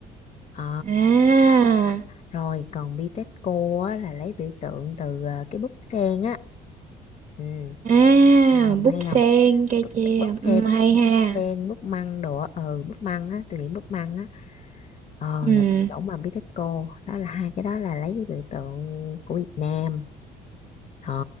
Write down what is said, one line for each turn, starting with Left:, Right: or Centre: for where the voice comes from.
Left: Ờ,
Right: À,
Left: rồi còn Bitexco á, là lấy biểu tượng từ ờ, cái búp sen á ừ
Right: à,
Left: nhầm
Right: búp
Left: hay
Right: sen
Left: không
Right: cây
Left: búp,
Right: tre.
Left: búp
Right: Ừ,
Left: sen búp
Right: hay ha.
Left: sen búp măng đồ á. ừ búp măng á tôi nghĩ búp măng á ờ
Right: Ừ.
Left: là cái chỗ mà Bitexco đó là hai cái đó là lấy cái biểu tượng của Việt Nam ờ